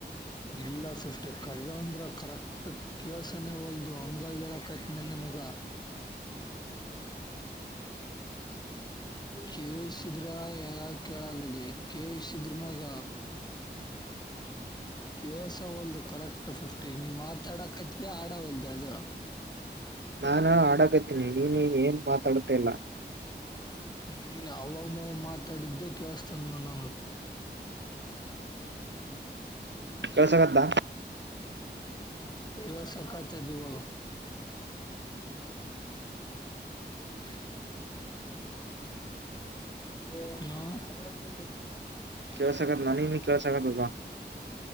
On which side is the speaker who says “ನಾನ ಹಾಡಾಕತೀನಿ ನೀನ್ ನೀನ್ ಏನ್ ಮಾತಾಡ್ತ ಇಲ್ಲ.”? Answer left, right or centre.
Right